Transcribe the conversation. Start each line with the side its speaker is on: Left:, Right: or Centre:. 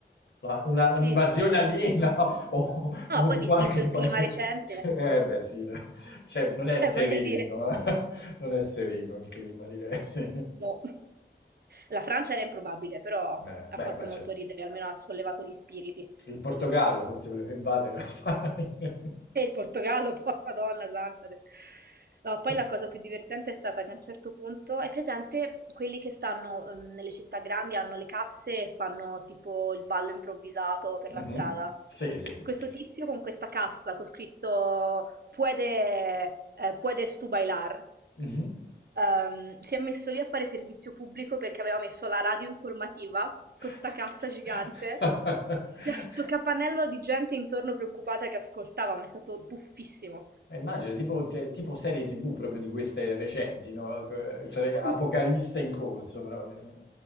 Left: La- una-
Right: Sì, sì.
Left: un'invasione aliena <laughs> o, o
Right: No, poi
Left: di
Right: vi-
Left: qualche
Right: visto il
Left: paese.
Right: clima recente,
Left: Eh beh sì, dai. cioè non
Right: cioè
Left: è sereno,
Right: voglio dire,
Left: eh. Non è sereno il clima, direi, sì.
Right: no. La Francia era improbabile, però
Left: Beh,
Right: ha
Left: beh,
Right: fatto
Left: ma
Right: molto
Left: certo.
Right: ridere, almeno ha sollevato gli spiriti.
Left: Il Portogallo forse voleva invadere la Spagna.
Right: E il Portogallo, <laughs> poi, Madonna santa. de- No, poi la
Left: <laughs>
Right: cosa più divertente è stata che a un certo punto, hai presente quelli che stanno ehm, nelle città grandi, hanno le casse e fanno tipo il ballo improvvisato per
Left: Mhm.
Right: la strada?
Left: Sì, sì, sì,
Right: Questo
Left: sì.
Right: tizio con questa cassa con scritto Puede, eh, puedes tú bailar
Left: Mhm.
Right: ehm, si è messo lì a fare servizio pubblico perché aveva messo la radio informativa
Left: <laughs>
Right: con 'sta cassa gigante, c'era sto capannello di gente intorno preoccupata che ascoltava, ma è stato buffissimo.
Left: Eh, Immagino, tipo, te- tipo serie TV proprio di queste recenti, no? Che- Cioè, Apocalisse
Right: Mh-mh.
Left: in corso proprio.